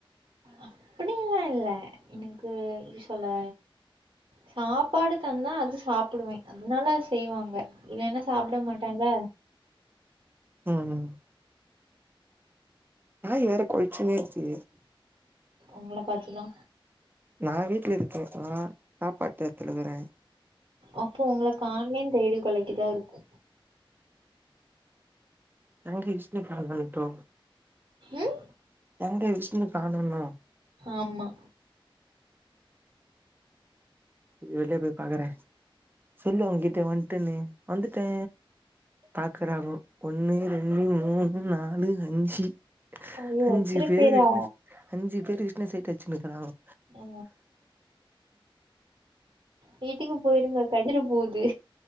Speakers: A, on the right; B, on the right.
A: அப்டில்லா இல்ல எனக்கு எப்டி சொல்ல சாப்பாடு தந்தா அது சாப்புடுவே அதனால அது செய்வாங்க இல்லனா சாப்டமாட்டல்ல
B: ம் ம் நாய் வேற கொல்ச்சினே இர்க்கு
A: ஒங்கள பாத்துதா
B: நா வீட்ல இருக்கே நா சாப்பாட் தேத்துலகிறே
A: அப்போ உங்கள காண்மேன் தேடி கொலைக்குதாயிர்க்கு
B: எங்க விஷ்ணு காணோன் கொலைக்தோ
A: ம்
B: எங்க விஷ்ணு காணோ இன்னு
A: ஆமா
B: இரு வெளிய போய் பாக்கறே சொல்லு அவுங்கிட்ட வன்டன்னு வந்துட்டே பாக்குறாங்கோ ஒண்ணு ரெண்டு மூணு நாலு அஞ்சி
A: ஐயோ
B: அஞ்சு
A: எத்தன
B: பேரு
A: பேரா
B: விஷ்ண செ அஞ்சு பேரு விஷ்ண சைட் அச்சுனுகிறாங்கோ
A: ஆ வீட்டுக்கு போயிருங்க கச்சிற போது